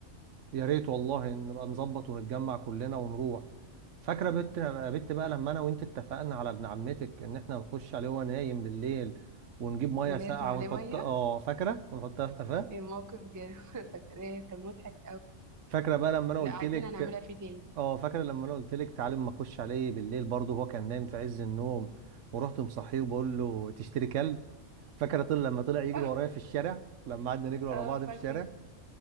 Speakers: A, on the right; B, on the right.
A: يا ريت والله إن نبقى نظبط ونتجمع كلنا ونروح فاكره بت بت بقى لما انا وانت اتفقنا على ابن عمتك ان احنا نخش عليه وهو نايم بالليل ونجيب ميه
B: ونرمي
A: ساقعه
B: عليه
A: ونحط
B: ميه
A: اه فاكره ونحطها في قفاه
B: الموقف جه <laughs> فاكراه كان مضحك
A: فاكره بقى لما انا
B: لا
A: قلت
B: عايزين
A: لك
B: نعملها فيه تاني
A: اه فاكره لما انا قلت لك تعالى اما اخش عليه بالليل برضه هو كان نايم في عز النوم ورحت مصحيه وبقول له تشتري كلب فاكره طلع لما طلع يجري
B: <laughs>
A: ورايا في الشارع لما قعدنا نجري ورا
B: اه
A: بعض في
B: فاكرة
A: الشارع